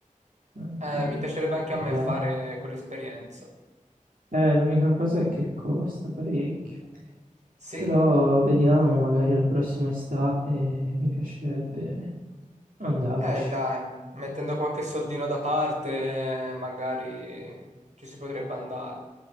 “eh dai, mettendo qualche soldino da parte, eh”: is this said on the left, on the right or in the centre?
Right